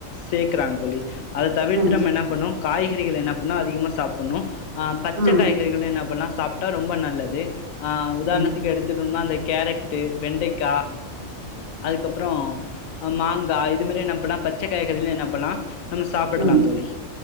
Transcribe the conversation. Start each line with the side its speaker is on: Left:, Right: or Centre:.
Left: சேக்கறாங்க தோழி அத தவிர்த்துட்டு
Right: ம்
Left: நம்ம என்ன பண்ணு காய்கறிகள் என்ன பண்ணு அதிகமா சாப்பணு ஆ பச்ச
Right: ம்
Left: காய்கறிகள் என்னா பண்ணா சாப்ட்டா ரொம்ப நல்லது ஆ உதாரணத்துக்கு
Right: ம்
Left: எடுத்துக்கணுனா அந்த கேரட்டு, வெண்டைக்கா அதுக்கப்புறோ அ மாங்கா இது மாரி என்ன பண்லா பச்ச காய்கறிகள என்ன பண்லா நம்ம சாப்புடலாந்
Right: ம்
Left: தோழி